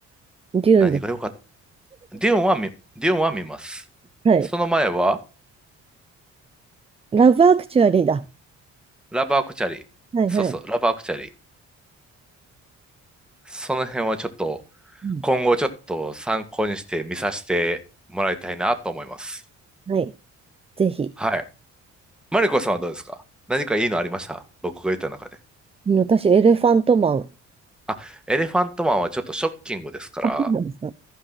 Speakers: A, on the right; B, in the centre.
A: デューンです。
B: 何が良かった。ディオンは見、ディオンは見ます。
A: はい。
B: その前は、
A: ラブアクチュアリーだ。
B: ラブアクチャリー。
A: はいはい。
B: そうそう、ラブアクチャリー。その辺はちょっと、
A: うん。
B: 今後ちょっと参考にして見させてもらいたいなと思います。
A: はい。ぜひ。
B: はい。マリコさんはどうですか何かいいのありました僕が言った中で。
A: うん私、エレファントマン。
B: あ、エレファントマンはちょっとショッキングですから、
A: あ、そうなんですか。